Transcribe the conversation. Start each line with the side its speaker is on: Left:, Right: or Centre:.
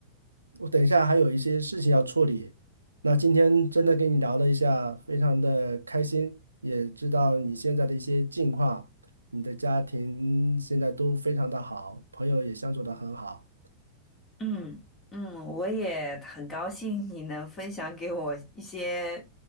Right: 我等一下还有一些事情要处理。那今天真的跟你聊了一下，非常的开心，也知道你现在的一些近况，你的家庭现在都非常的好，朋友也相处的很好。
Left: 嗯嗯，我也很高兴你能分享给我一些